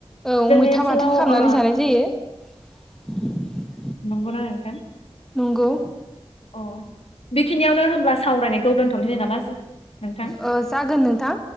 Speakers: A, in the centre; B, on the left.
A: औ
B: जोंनि
A: मैथा
B: ओनसोलाव
A: बाथोन खालामनानै
B: ओ
A: जानाय जायो <inaudible>
B: नंगना नोंथां
A: नंगौ
B: अ बेखिनियावनो होनब्ला सावरायनायखौ दोन्थ'नोसैै नामा जों नोंथां
A: ओ जागोन नोंथां